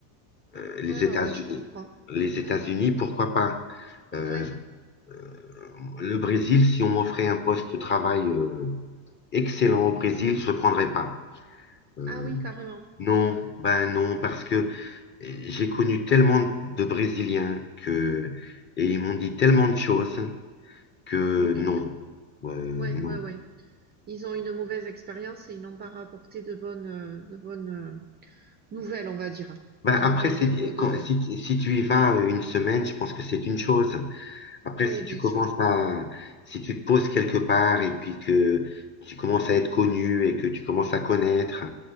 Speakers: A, on the left (about 25°); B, on the right (about 20°).
A: Euh, les
B: ouais,
A: États-Unis,
B: ouais, je comprends.
A: les États-Unis, pourquoi pas? Euh,
B: Ouais.
A: euh, le Brésil, si on m'offrait un poste de travail euh, excellent au Brésil, je le prendrais pas. Euh,
B: Ah oui, carrément.
A: non,
B: Hmm,
A: ben non, parce que j'ai connu tellement de Brésiliens que, et ils m'ont dit tellement de choses que
B: Ok.
A: non. Euh,
B: Ouais,
A: non.
B: ouais, ouais. Ils ont une mauvaise expérience et ils n'ont pas rapporté de bonnes, euh, de bonnes euh, nouvelles, on va dire.
A: Bah
B: Pas
A: après,
B: de bons
A: c'est-
B: échos de,
A: quand- si, tu- si tu y vas euh, une semaine, je pense que c'est une chose. Après,
B: Oui,
A: si
B: bien
A: tu commences
B: sûr.
A: à, si tu te poses quelque part et puis que tu commences à être connu et que tu commences à connaître,